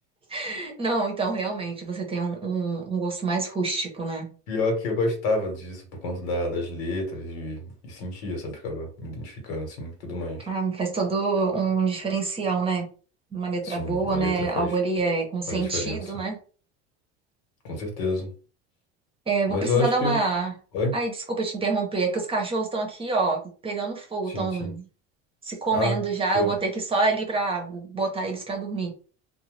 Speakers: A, on the right; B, on the left.
A: <laughs> Não, então realmente você tem um, um, um gosto mais rústico, né?
B: Pior que eu gostava disso por conta da- das letras e, e sentia, sabe? Ficava me identificando, assim, e tudo mais.
A: Ah, faz todo um diferencial, né? Uma letra
B: Sim,
A: boa,
B: a letra
A: né?
B: faz,
A: Algo ali é com sentido,
B: faz a diferença,
A: né?
B: com certeza.
A: É, vou
B: Mas
A: precisar
B: eu acho
A: dar
B: que.
A: uma.
B: Oi?
A: Ai, desculpa te interromper, é que os cachorros estão aqui, ó, pegando fogo,
B: Sim,
A: estão
B: sim.
A: se comendo
B: Ah,
A: já.
B: show.
A: Eu vou ter que ir só ali pra botar eles pra dormir,